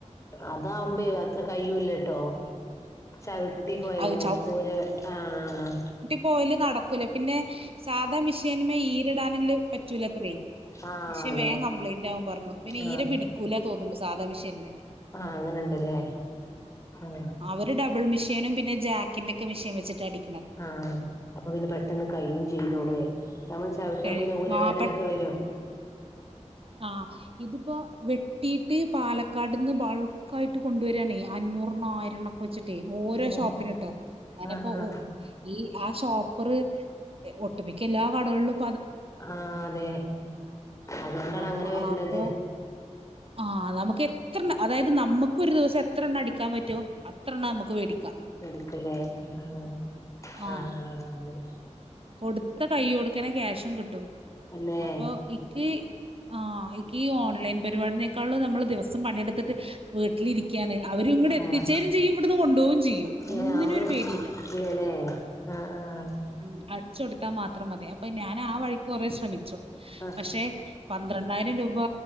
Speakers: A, on the left; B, on the right.
A: അതാംമ്പേ
B: ഉം
A: അത്ര കയ്യൂല്ലട്ടോ ചവിട്ടി പോയങ്ങും
B: അത്
A: ഊരെ വെ ആഹ്
B: പോയല് നടക്വലേ പിന്നെ സാധാ മിഷേന്മേ ഈ ല്ടാനല്ല് പറ്റൂലത്രേ
A: ആഹ്
B: മിഷേം
A: അതെ
B: വേം കംപ്ലയ്ന്റാവും പർണു പിന്നെ
A: ആഹ്
B: ഈര പിടിക് കുലെ തോന്നുന്നു സാധാ മെഷൃന്നെ
A: ആഹ് അങ്ങനിണ്ടല്ലേ ആഹ്
B: ഒരു ഡബിൾ മെഷി ക്കാനും പിന്നെ ജാക്കിന്റെക്കെ മെഷീൻ വെച്ചിട്ടടി
A: ആഹ് അപ്പൊ പിന്നെ പെട്ടെന്ന് കഴിയേം ചെയ്തോളുവേ നമ്മൾ ചവിട്ടാൻ
B: കഴിയും
A: പിന്നെ ഊരവേദനൊക്കെ
B: ആഹ് പെട്ട്
A: വരും
B: ആഹ് ഇതിപ്പോ വെട്ട് ട്ടിട്ടി പാലക്കാട്ന്ന് ബൾക്കായിട്ട് കൊണ്ടുവെരാണെ അഞ്ഞൂറെണ്ണം ആയിരെണ്ണം കൊച്ചിട്ടേ ഓരോ
A: അതെ
B: ഷോപ്പിനിട്ടോ അങ്ങനിപ്പോ
A: ആഹ് ആഹ്
B: ഒ ഈ ആ ഷോപ്പറ് ഒട്ടുമിക്ക എല്ലാ കടകൾലും
A: ആഹ് അതെ അതുകൊണ്ടാണ്
B: ആഹ്
A: അങ്ങനെ വെർണത്
B: അപ്പൊ ആഹ് നമുക്കെ എത്രണ്ണ അതായിത് നമുക്കൊരെസ്സം എത്രെണ്ണം അടിക്കാൻ പറ്റോ അത്രെണ്ണം നമുക്ക് വേടിക്കാ
A: വേടിക്കാല്ലേ ഉം ഉം
B: ആഹ്
A: ആ അതെ
B: കൊടുത്ത കൈയോട്ക്കന്നേ ക്യാഷും കിട്ടും
A: അല്ലേ
B: അപ്പൊ ഇക്ക് ആഹ് ഇ ക്കീ ഓൺലൈൻ പരിപാടിനേക്കാളും നമ്മള് ദിവസം പണിയെടുത്തിട്ട് വീട്ടിലിരിക്കാണെ അവര് ഇങ്ങട് എത്തിച്ചേരേം
A: ആഹ്
B: ചെയ്യും ഇവിട്ന്ന് കൊണ്ടുപോവും ചെയ്യും
A: ഏ
B: ഒന്നിനൊരു
A: നമ്മള്
B: പേടില്ലാ
A: ഇല്ലല്ലേ ആഹ് ആഹ്
B: ഉം അടിച്ച് കൊടുത്താ മാത്രം മതി അപ്പൊ ഞാൻ ആ വഴിക്ക് കൊറെ ശ്രമിച്ചു
A: ആഹ്
B: പക്ഷെ പന്ത്രണ്ടായിരം രൂപ